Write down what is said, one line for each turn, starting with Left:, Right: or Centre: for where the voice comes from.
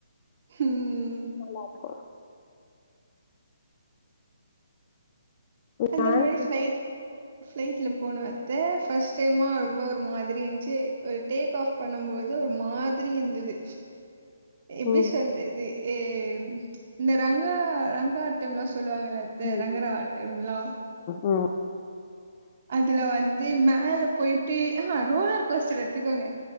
Right: ம்
Left: நல்லாதா
Right: அந்த
Left: நான்
Right: மாயி ஃபிளைட் ஃபிளைட்ல போன அத்தே ஃபர்ஸ்ட் டைமா ரொம்ப ஒரு மாதிரி இர்ந்ச்சு ஒரு டேக் ஆஃப் பண்ணும்போது ஒரு மாதிரி இர்ந்துது எப்பி
Left: ம்
Right: சொல்றது ஏ இந்த ரங்க ரங்காட்டம்லா சொல்லுவாங்கல்ல அத்தே
Left: ம்
Right: ரங்கராட் ல்லோ
Left: ம்
Right: அதுல வந்து மேல போயிட்டு ஆஹ ரோலர் கோஸ்டர்ல எடுத்துக்கோங்க